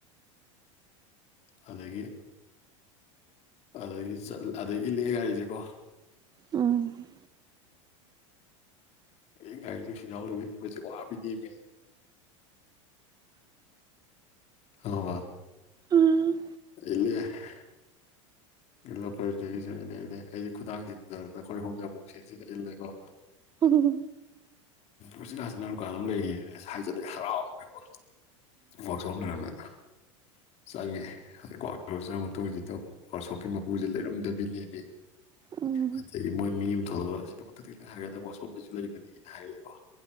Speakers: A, on the left (about 40°); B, on the right (about 25°).
A: ꯑꯗꯒꯤ ꯑꯗꯒꯤ ꯆꯠ ꯑꯗꯗꯒꯤ ꯏꯜꯂꯛꯑꯦ ꯒꯥꯔꯤꯁꯦ ꯀꯣ
B: ꯎꯝ
A: ꯑꯗꯩ ꯒꯥꯔꯤꯁꯦ ꯅꯨꯡꯁꯤꯠ ꯌꯥꯎꯗꯕꯩ ꯏꯟꯕꯁꯦ ꯋꯥꯕꯤꯅꯦꯃꯤ ꯑꯗꯨꯒ
B: ꯎꯝ
A: <unintelligible> ꯏꯜꯂꯛꯑꯦ ꯏꯜꯂꯛꯑꯦ ꯑꯩꯁꯦ ꯈꯨꯗꯥꯡꯁꯤꯗꯔꯛꯇꯅꯀꯣ ꯑꯩꯈꯣꯏ ꯑꯍꯨꯝꯁꯦ ꯑꯃꯨꯛ ꯁꯤꯜꯂ ꯁꯤꯜꯂ ꯏꯜꯂꯦꯀꯣ
B: ꯍꯝ
A: ꯎꯆꯤꯟ ꯅꯥꯆꯤꯟꯅ ꯗꯨꯀꯥꯟ ꯑꯃ ꯂꯩꯔꯦꯅꯥ ꯍꯥꯏꯖꯟꯂꯛꯑꯦ ꯍꯔꯥꯎꯗꯅꯀꯣ ꯋꯥꯛꯁꯣꯞ ꯂꯩꯔꯝꯃꯦꯗ ꯆꯪꯉꯦ ꯋꯥꯛꯁꯣꯞ ꯆꯪꯉ ꯃꯇꯨꯡꯁꯤꯗ ꯋꯥꯛꯁꯣꯞꯀꯤ ꯃꯄꯨꯁꯦ ꯂꯩꯔꯝꯗꯕꯤꯅꯦꯃꯤ
B: ꯎꯝ
A: ꯑꯗꯒꯤ ꯃꯣꯏ ꯃꯤ ꯑꯃ ꯊꯣꯛꯂꯛꯑꯒ ꯑꯁꯤꯗ ꯃꯊꯛꯇ ꯈꯤꯇꯪ ꯍꯥꯏꯒꯠꯂꯒ ꯋꯥꯛꯁꯣꯞ ꯑꯝꯁꯨ ꯂꯩꯕꯅꯤ ꯍꯥꯏꯔꯒꯦꯀꯣ